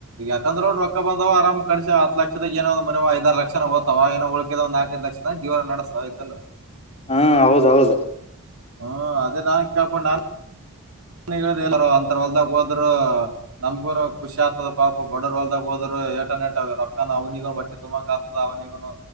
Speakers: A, on the right (about 75°); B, on the left (about 30°).
A: ಯಾಕಂದ್ರ ರೊಕ್ಕ ಬಂದಾವ ಆರಾಮ ಕಟಸಿ ಹತ್ತ ಲಕ್ಷದ ಏನೋ ಒಂದು ಮನೆ ಐದಾರ್ ಲಕ್ಷನು ಹೋತಾವ ಇನ್ ಉಳಕಿದ ಒಂದು ನಾಲ್ಕೈದು ಲಕ್ಷ. ನಾ ಜೀವನ ನಡಸಾಯ್ತಲ.
B: ಹಾ ಹೌದ ಹೌದು.
A: ಹ ಅದೇ ನಾನ್ ಕೇಳ್ಕೊಂಡ ನಾ <inaudible> ಹೇಳ್ದೆ ಹಂತೋರ್ ಹೊಲ್ದಾಗ ಹೋದರು ನಮ್ಗರ ಖುಷಿ ಆತದ ಪಾಪ ಬಡವರ್ ಹೊಲ್ದಾಗ ಹೋದರ ಏಟಾನ ಎಟ್ ರೊಕ್ಕ ಅವ್ನಗ ಹೋಟ್ಟೆ ತುಂಬಂಗ ಆತ ಅವನಿಗನು